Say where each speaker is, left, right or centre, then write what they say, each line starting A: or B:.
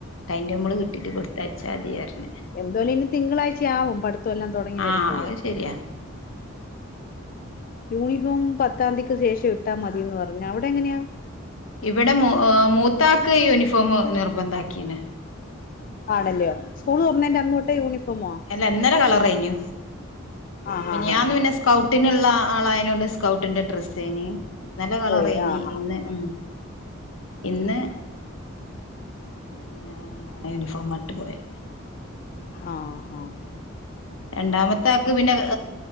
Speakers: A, on the left; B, on the left.
A: ടൈംടേബിൾ കിട്ടിട്ട് കൊടുത്തയച്ചാ മതി പറഞ്ഞ്
B: എന്ത്വായാലും ഇനി തിങ്കളാഴ്ചയാവും പഠിത്തം എല്ലാം തുടങ്ങി
A: ആ
B: വരുമ്പഴേ
A: അത് ശരിയാ
B: യൂണിഫോം പത്താംതിക്ക് ശേഷം ഇട്ടാ മതീന്ന് പറഞ്ഞു അവ്ടെങ്ങനെയാ
A: ഇവിടെ മോ മൂത്താക്ക് യൂണിഫോം നിർബന്ധാക്കീന്
B: ആണല്യോ സ്കൂൾ തുറന്നേന്റെ അന്ന് തൊട്ടേ യൂണിഫോമാ
A: അല്ല ഇന്നലെ കളർ കഴിഞ്ഞു
B: ആഹ്
A: മിനിയാന്ന്
B: ആഹ് ആഹ് ആഹ്
A: പിന്നെ സ് കൗട്ടിനുള്ള ആളായതിനോണ്ട് സ്കൗട്ടിന്റെ ഡ്രസ്സേനി ഇന്നലെ കളറായിനി
B: പോയി ആഹ് ആഹ്
A: ഇന്ന് ഉം ഇന്ന് പിന്നെ യൂണിഫോമാ ഇട്ട് പോയേ
B: ആഹ് ആഹ്
A: രണ്ടാമത്താക്ക് പിന്നെ